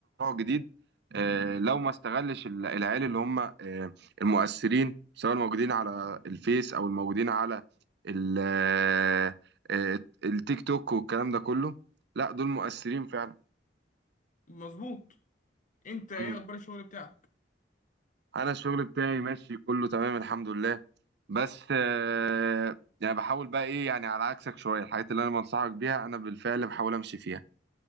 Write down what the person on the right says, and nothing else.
جديد آه، لو ما استغلش ال- العيال اللي هم آه، المؤثرين سواء الموجودين على الفيس او الموجودين على ال- آه، آه، التيك توك والكلام ده كله لا دول مؤثرين فعلا
مم.
انا الشغل بتاعي ماشي كله تمام الحمد لله بس آه، يعني بحاول بقى ايه يعني على عكسك شوية الحاجات اللي انا بنصحك بيها انا بالفعل بحاول امشي فيها